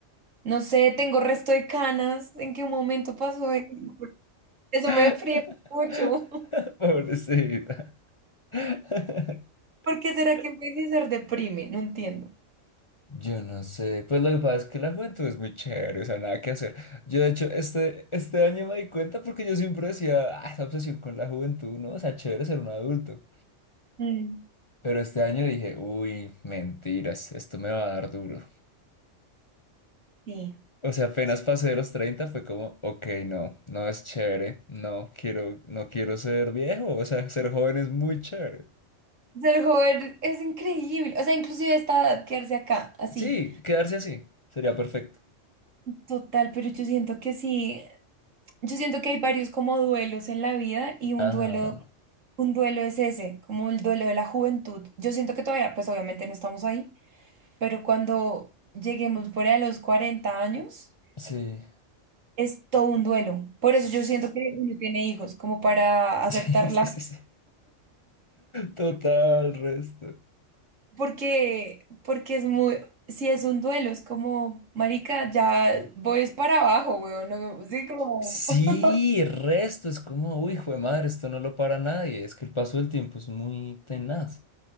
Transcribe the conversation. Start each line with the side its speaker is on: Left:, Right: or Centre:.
Right: no sé, tengo resto de canas, ¿en qué momento pasó eso? <laughs> Eso
Left: <laughs>
Right: me deprime mucho.
Left: Pobrecita. <laughs>
Right: <laughs> ¿Por qué será que envejecer deprime? No entiendo.
Left: Yo no sé, pues lo que pasa es que la juventud es muy chévere, o sea, nada que hacer. Yo de hecho este, este año me di cuenta porque yo siempre decía, ah, esa obsesión con la juventud, ¿no? O sea, chévere ser un adulto.
Right: Mm.
Left: Pero este año dije, uy, mentiras, esto me va a dar duro.
Right: Sí.
Left: O sea, apenas
Right: sí.
Left: pasé de los 30 fue como, ok, no, no es chévere, no quiero, no quiero ser viejo, o sea, ser joven es muy chévere.
Right: Ser joven es increíble. O sea, inclusive a esta edad, quedarse acá, así.
Left: Sí, quedarse así, sería perfecto.
Right: Total, pero yo siento que sí. Yo siento que hay varios como duelos en la vida y un
Left: Ajá,
Right: duelo, un duelo es ese, como el duelo de la juventud. Yo siento que todavía, pues obviamente no estamos ahí, pero cuando lleguemos fuera de los 40 años,
Left: sí.
Right: es todo un duelo. Por
Left: <laughs>
Right: eso yo siento que
Left: <sighs>
Right: uno tiene hijos, como para aceptarla.
Left: Sí, sí, sí, sí. Total, resto.
Right: Porque, porque es muy, si es un duelo, es como, marica, ya voy es para abajo, weón, no, sí, como,
Left: Sí,
Right: <laughs>
Left: resto, es como, uy, jue madre, esto no lo para nadie, es que el paso del tiempo es muy tenaz.